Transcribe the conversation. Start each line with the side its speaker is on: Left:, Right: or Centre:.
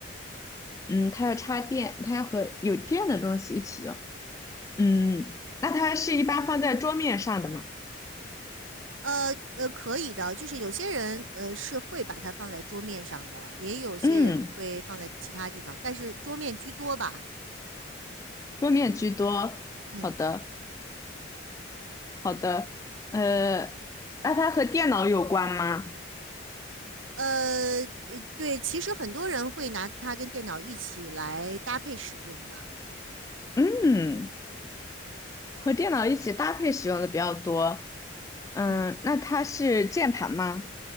Left: 嗯，它要插电，它要和有电的东西一起用。嗯那它是一般放在桌面上的吗？
Right: 呃呃，可以的，就是有些人呃是会把它放在桌面上的，也有些人会放在其他地方，
Left: 嗯，
Right: 但是桌面居多吧，
Left: 桌面居多。
Right: 嗯，
Left: 好的。好的，呃，那它和电脑有关吗？
Right: 呃呃，对，其实很多人会拿它跟电脑一起来搭配使用的，
Left: 嗯，和电脑一起搭配使用的比较多。嗯，
Right: 嗯，
Left: 那它是键盘吗？